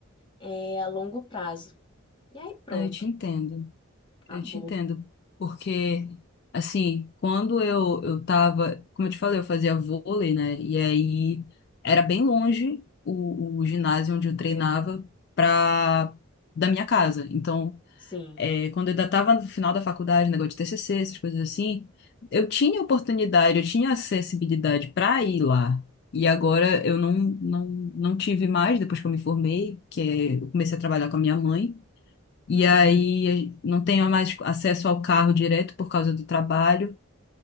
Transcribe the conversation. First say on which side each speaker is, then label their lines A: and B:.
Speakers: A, on the left; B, on the left.
A: é, a longo prazo. E aí pronto,
B: Ah, Eu te entendo.
A: acabou.
B: Eu te entendo, porque assim, quando eu eu tava, como eu te falei, eu fazia vôlei, né? E aí era bem longe o, o ginásio onde eu treinava pra da minha casa. Então,
A: Sim,
B: é, quando eu ainda tava no final da faculdade, negócio de TCC, essas coisas assim, eu tinha oportunidade, eu tinha acessibilidade pra ir lá. E agora eu não, não, não tive mais, depois que eu me formei, que é, eu comecei a trabalhar com a minha mãe. E
A: sim.
B: aí não tenho mais acesso ao carro direto por causa do trabalho.